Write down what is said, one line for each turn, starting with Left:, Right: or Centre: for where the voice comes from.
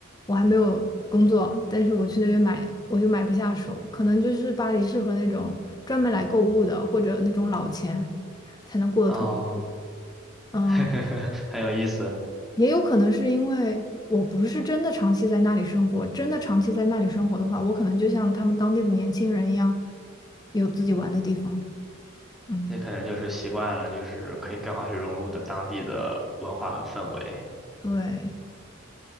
Left: 我还没有工作，但是我去那边买，我就买不下手。可能就是巴黎适合那种专门来购物的，或者那种老钱才能过得特别。
Centre: 哦，
Left: 嗯，
Centre: <laughs> 很有意思，
Left: 也有可能是因为我不是真的长期在那里生活，真的长期在那里生活的话，我可能就像他们当地的年轻人一样，有自己玩的地方。嗯，
Centre: 这可能就是习惯了，就是可以更好去融入的当地的文化和氛围。
Left: 对。